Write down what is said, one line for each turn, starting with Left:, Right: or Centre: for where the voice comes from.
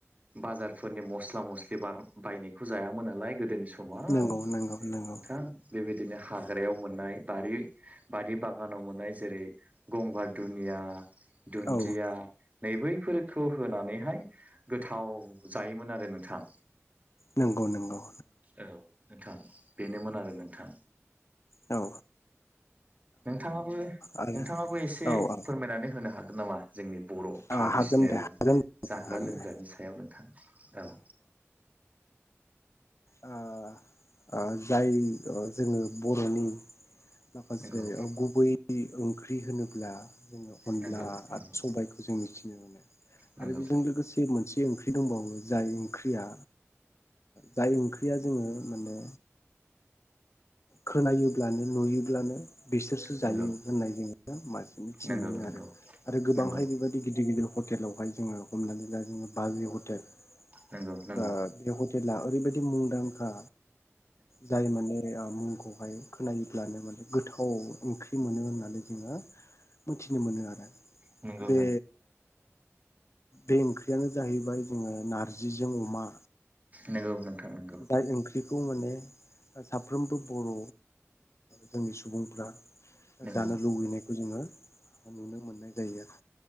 Right: बाजार फोरनि मस्ला मस्लि बार बायनायखौ जायामोन नालाय गोदोनि समाव
Left: नंगौ नंगौ नंगौ
Right: नोंथां। बेबायदिनो हाग्रायाव मोननाय बारि बारि बागानाव मोननाय जेरै गंगार दुनिया या दुन्दिया
Left: औ
Right: नै बैफोरखौ होनानैहाय गोथाव जायोमोन आरो नोंथां।
Left: नंगौ नंगौ
Right: औ नोंथां बेनोमोन आरो नोंथां
Left: औ
Right: नोंथाङाबो
Left: आरो
Right: नोंथाङाबो एसे
Left: औ औ
Right: फोरमायनानै होनो हागोन नामा जोंनि बर'
Left: ओ
Right: ट्रेडिसनेल
Left: हागोन दे हागोन नोंथां
Right: जाग्रा
Left: हागोन
Right: लोंग्रानि
Left: दे
Right: सायाव नोंथां औ
Left: ओ जाय जोङो बर'नि माखासे
Right: नंगौ
Left: गुबै ओंख्रि होनोब्ला जोङो अनला
Right: नंगौ नंगौ
Left: आरो सबायाइखौ जों मिथिनो मोनो
Right: नंगौ
Left: आरो बेजों लोगोसे मोन से ओंख्रि दंबावो जाय ओंख्रिया जाय ओंख्रिया जोङो माने खोनायोब्लानो नुयोब्लानो‌ बिसोरसो जायो
Right: नंगौ
Left: होननाय जोङो मासे मिथिनो
Right: नंगौ
Left: मोनो
Right: नंगौ
Left: आरो गोबांहाय
Right: नंगौ
Left: बेबायदि गिदिर गिदिर हटेलावहाय जोङो हमनानै ला जोङो बाजै हटेल ओ
Right: नंगौ नंगौ नंगौ
Left: बे हटेला ओरैबायदि मुंदांखा जाय माने ओ मुंखौहाय खोनायोब्लानो माने गोथाव ओंख्रि मोनो होनना होननानै जोङो मिथिनो मोनो आरो
Right: नंगौ नंगौ
Left: बे बे ओंख्रियानो जाहैबाय जोङो नारजिजों अमा।
Right: नंगौ नोंथां नंगौ
Left: दायो ओं बेखौ माने साफ्रोमबो बर' जोंनि सुबुंफ्रा
Right: नंगौ
Left: जानो लुबैनायखौ जोङो नुनो मोननाय जायो आरो